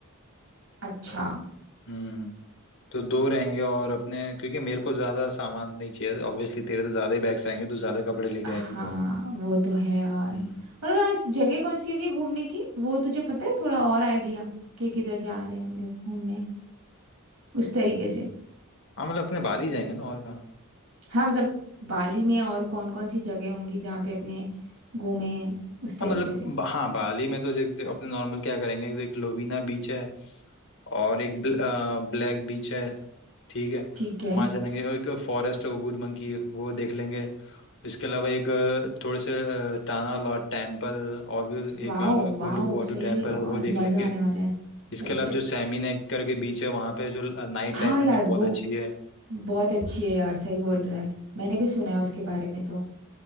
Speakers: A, on the right (about 75°); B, on the left (about 60°).
A: अच्छा
B: हम्म तो दो रहेंगे और अपने क्योंकि मेरे को ज्यादा सामान नहीं चाहिए ऑब्वियसली तेरे तो ज्यादा ही बैग्स रहेंगे तू ज्यादा कपड़े लेके
A: हाँ
B: आएगी तो
A: वो तो है यार
B: हम्म
A: और वह इस जगह कौन सी होगी घूमने की वो तुझे पता है थोड़ा और आइडिया कि किधर जा रहे हैं हम लोग घूमने उस तरीके से
B: हाँ मतलब अपने बाली जाएंगे ना और कहाँ
A: हाँ मतलब बाली में और कौन कौन सी जगह होंगी जहाँ पे अपने घूमे उस तरीके
B: हाँ मतलब
A: से
B: ब- हाँ बाली में तो जैसे अपने नॉर्मल क्या करेंगे एक लोवीना बीच है और एक ब्ल, ब्लैक बीच है ठीक है
A: ठीक है
B: वहाँ चलेंगे और एक फॉरेस्ट ओबूर मंकी वो देख लेंगे इसके अलावा एक अ, थोड़े से अ, टाना लॉट टेम्पल और भी
A: वाह
B: एक
A: वाह
B: उलू वाटू
A: सही
B: टेम्पल
A: है यार
B: है वो देख
A: मज़ा
B: लेंगे
A: आने वाला है
B: इसके
A: सही
B: अलावा
A: है
B: जो सैमी नेक करके बीच है वहाँ पे जो नाइट
A: हाँ
B: लाइफ
A: यार
B: है ना वो
A: वो
B: बहुत अच्छी है
A: बहुत अच्छी है यार सही बोल
B: हम्म।
A: रहा है मैंने भी सुना है उसके बारे में तो